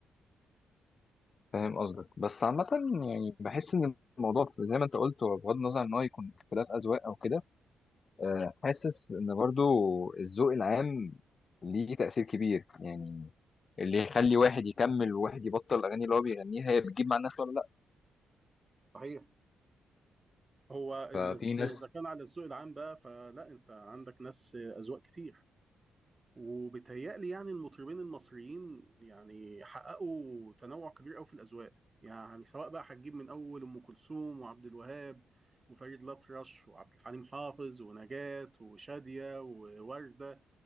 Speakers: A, on the left (about 45°); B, on the right (about 30°).
A: فاهم قصدك بس عامة يعني بحس إن الموضوع في- زي ما أنت قلت هو بغض النظر إن هو يكون اختلاف أذواق أو كده آه، حاسس إن برضو الذوق العام ليه تأثير كبير يعني اللي يخلي واحد يكمل وواحد يبطل الأغاني اللي هو بيغنيها هي بتجيب مع الناس ولا لأ
B: صحيح هو ال-
A: ففي ناس
B: إذا كان على الذوق العام بقى فلا أنت عندك ناس أذواق كتير وبيتهيألي يعني المطربين المصريين يعني حققوا تنوع كبير قوي في الأذواق يعني سواء بقى هتجيب من أول أم كلثوم وعبد الوهاب وفريد الأطرش وعبد الحليم حافظ ونجاة وشادية ووردة